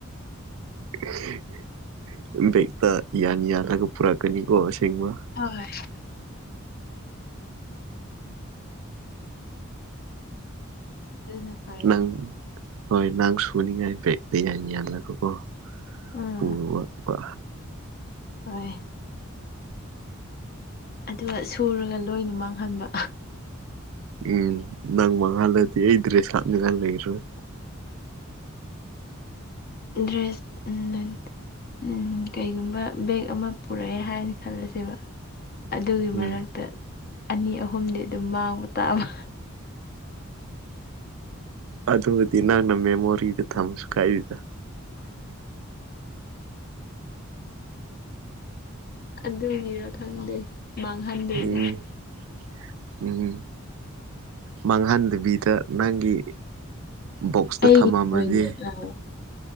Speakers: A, on the right; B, on the left.
A: <unintelligible> ꯌꯥꯅꯤ ꯌꯥ ꯂꯒ ꯄꯨꯔꯛꯀꯅꯤꯀꯣ ꯁꯦꯡꯕ
B: ꯍꯣꯏ ꯑꯗꯨꯅ ꯐꯔꯅꯤ
A: ꯅꯪ ꯍꯣꯏ ꯅꯪ ꯁꯨꯅꯤꯉꯥꯏ ꯕ꯭ꯔꯦꯛꯇꯛꯇ ꯌꯥ ꯌꯥꯜꯂꯒꯀꯣ
B: ꯎꯝ
A: ꯄꯨꯄ
B: ꯍꯣꯏ ꯑꯗꯨꯒ ꯁꯨꯔꯒ ꯂꯣꯏꯅ ꯃꯥꯡꯍꯟꯕ
A: ꯎꯝ ꯅꯪ ꯃꯍꯥꯜꯂꯗꯤ ꯑꯩ ꯗ꯭ꯔꯦꯁ ꯍꯥꯞꯅꯤꯡꯉꯥꯏ ꯂꯩꯔꯣꯏ
B: ꯗ꯭ꯔꯦꯁ ꯎꯝ ꯎꯝ ꯀꯩꯒꯨꯝꯕ ꯕꯦꯛ ꯑꯃ ꯄꯨꯔꯛꯑꯦ ꯍꯥꯏꯅ ꯈꯜꯂꯁꯦꯕ ꯑꯗꯨꯒꯤ
A: ꯎꯝ
B: ꯃꯔꯛꯇ ꯑꯅꯤ ꯑꯍꯨꯝꯗꯤ ꯑꯗꯨꯝ ꯃꯥꯡꯕ ꯇꯥꯕ
A: ꯑꯗꯨꯕꯨꯗꯤ ꯅꯪꯅ ꯃꯦꯃꯣꯔꯤꯗ ꯊꯝꯁꯨ ꯀꯥꯏꯗꯗ
B: ꯑꯗꯨꯒꯤꯔ ꯈꯪꯗꯦ ꯃꯥꯡꯍꯟꯗꯣꯏꯅꯦ
A: <unintelligible> ꯎꯝ ꯃꯥꯡꯍꯟꯗꯕꯤꯗ ꯅꯪꯒꯤ ꯕꯣꯛꯁꯇ
B: ꯑꯩ
A: ꯊꯝꯃꯝꯃꯗꯤ
B: ꯑꯣꯏꯅ ꯑꯥ